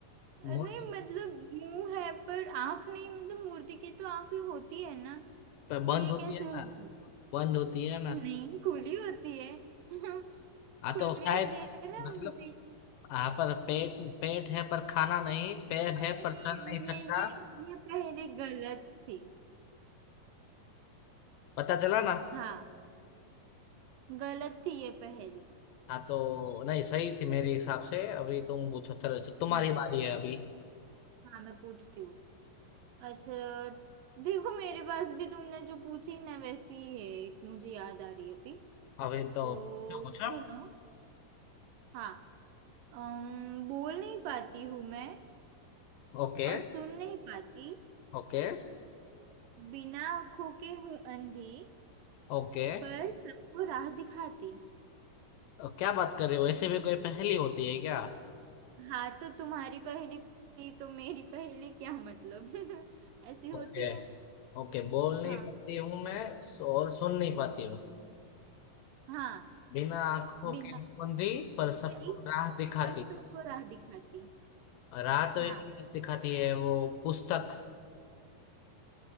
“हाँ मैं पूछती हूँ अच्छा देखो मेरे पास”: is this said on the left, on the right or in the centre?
Right